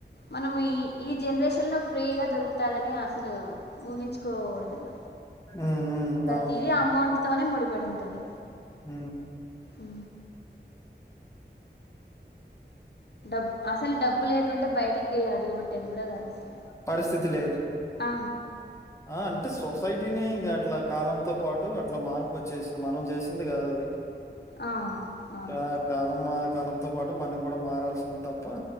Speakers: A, on the left (about 65°); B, on the left (about 15°).
A: మనం ఈ ఈ జనరేషన్లో ఫ్రీగా దొరుకుతదని అసలు ఊహించుకోకూడదన్న
B: హ్మ్. హ్మ్.
A: ప్రతిదీ
B: అవును.
A: అమౌంట్ తోనే ముడిపడి ఉంటది.
B: ఉ
A: ఉ డబ్ అసలు డబ్బు లేకుంటే బయటికి అడుగుబట్టేకి కూడా కాదు. అసలు
B: పరిస్థితి లేదు
A: ఆ
B: ఆ అంటే సొసైటీనే ఇంకా అట్లా కాలంతో పాటు అట్లా మార్పు వచ్చేసింది మనం చేసింది కాదు అది.
A: ఆ అవును
B: క్యా కాలమ కాలంతో పాటు మనం కూడా మారాల్సింది తప్ ప్ప